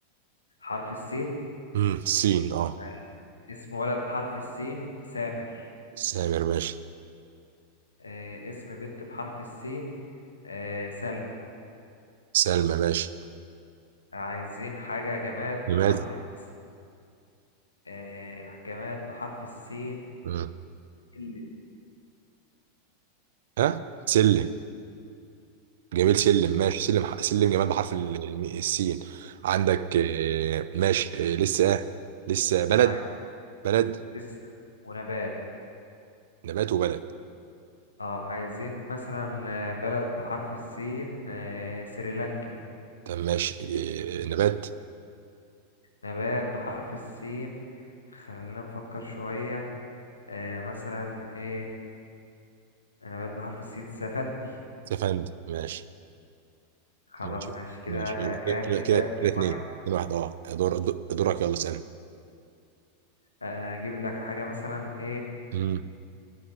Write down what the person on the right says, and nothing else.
امم سين اه
سامر ماشي
سلمى ماشي
نماد
مم.
ها سلم جميل سلم ماشي سلم ح- سلم جمال بحرف ال- الم- السين عندك آه، ماشي آه، لسه آه، لسه بلد
بلد
نبات وبلد
طب ماشي آه، آه، نبات
سفند ماشي
ماشي
ماشي
يلا.
كده كده
كده
كده اتنين
اتنين واحد اه دور دور- دورك يلا اسألني
مم.